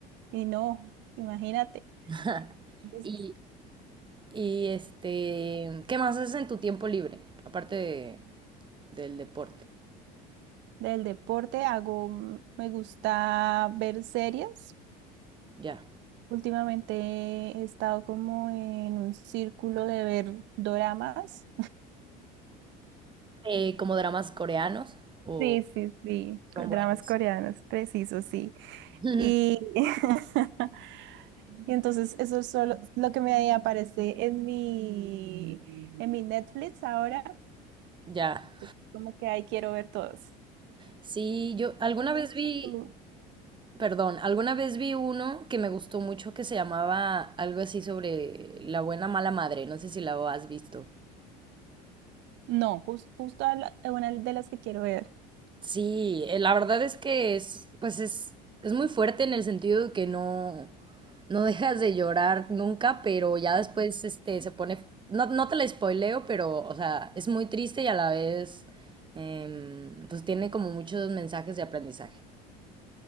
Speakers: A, on the right; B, on the right.
A: y no, imagínate,
B: <laughs>
A: es-
B: Y Y este, ¿qué más haces en tu tiempo libre? Aparte de- del deporte,
A: del deporte hago, mm, me gusta ver series.
B: ya.
A: Últimamente he estado como en un círculo de ver doramas.
B: Eh, como dramas coreanos o
A: Sí, sí, sí,
B: son
A: co-
B: buenos.
A: dramas coreanos, preciso, sí.
B: <laughs>
A: Y, <laughs> y entonces eso es solo lo que me aparece en mi, en mi Netflix ahora.
B: Ya.
A: Entonces, como que ahí quiero ver todos.
B: Sí, yo alguna
A: Y no
B: vez vi,
A: sé tú.
B: perdón, alguna vez vi uno que me gustó mucho que se llamaba algo así sobre la buena mala madre. No sé si la has visto.
A: No, jus- justo a la- a una de las que quiero ver.
B: Sí, eh, la verdad es que es, pues es, es muy fuerte en el sentido de que no, no dejas de llorar nunca, pero ya después este, se pone, no, no te la spoileo, pero, o sea, es muy triste y a la vez, em, pues tiene como muchos mensajes de aprendizaje.